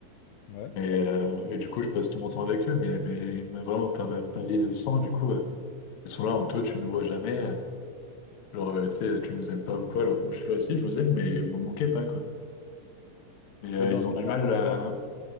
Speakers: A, on the left; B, on the left.
A: ouais.
B: Mais, euh, et du coup, je passe tout mon temps avec eux, mais, mais, mais vraiment, pas ma famille de sang, du coup. euh, Ils sont là en toi, tu nous vois jamais. Genre, euh, tu sais, tu nous aimes pas ou quoi, alors que moi je suis là aussi, je vous aime, mais vous me manquez pas, quoi. Mais euh,
A: Mais dans
B: ils
A: ce
B: ont
A: cas-là,
B: du mal
A: ton
B: à.
A: frère,